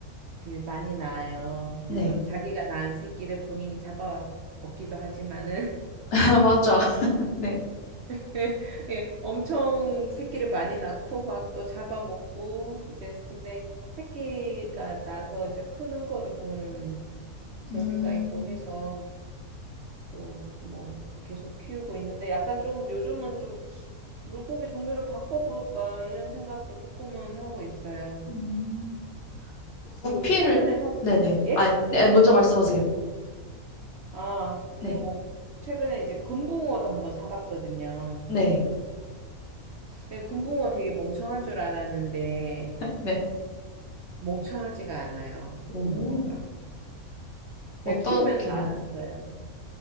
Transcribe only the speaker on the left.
네.
<laughs> 맞죠. 네.
음,
음. 구피를,
네네.
아, 네, 먼저 말씀하세요.
네.
네.
네.
오,
어떻게요?